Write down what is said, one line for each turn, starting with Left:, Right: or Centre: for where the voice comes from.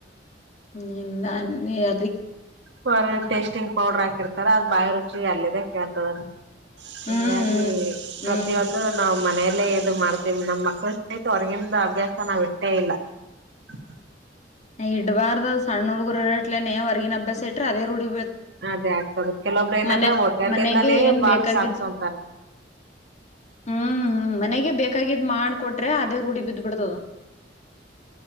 Left: ಹ್ಮ ನನ್ನೆ ಅದಿ
Right: ಬ ಟೇಸ್ಟಿಂಗ್ ಪೌಡರ್ ಹಾಕಿರ್ತಾರ ಅದ್ ಬಾಯಿ ರುಚಿ ಅಲ್ಲಿದೆೇ ಕೇಳ್ತದನ್ ಹಿಂಗಾಗಿ
Left: ಹ್ಮ್
Right: ಪ್ರತಿಯೊಂದು
Left: ಹ್ಮ್
Right: ನಾವು ಮ ಮೇಲೆ ಇದು ಮಾಡ್ತೀವಿ ನಮ್ ಮಕ್ಳ ಸಹಿತು ಹೊರಗಿನ್ದೂ ಅಭ್ಯಾಸ ನಾವ್ ಇಟ್ಟೇ ಇಲ್ಲ ಹ <inaudible>
Left: ಇಡ್ಬಾರ್ದು ಸಣ್ಣ ಹುಡುಗುರ ಇಟ್ಲೇ ಹೊರ್ಗಿನ ಅಭ್ಯಾಸ ಇಟ್ರೆ ಅದೇ ರೂಡಿ
Right: ಅದೇ ಆಗ್ತದ ಕೆಲವೊಬ್ಬ್ರ ಏನದ
Left: ಮನೆ
Right: ಹೋಟೆಲ್ಂದಾನೇ
Left: ಮನೆಗೆ ಏನ್
Right: ಬಾಕ್ಸ್
Left: ಬೇಕಾಗಿದ್ದು
Right: ಹಾಕ್ಸೊಂತಾರ
Left: ಹ್ಮ್ ಮನೆಗೆ ಬೇಕಾಗಿದ್ದ್ ಮಾಡ್ಕೊಟ್ರೆ ಅದೇ ರೂಢಿ ಬಿದ್ದ ಬಿಡ್ತದ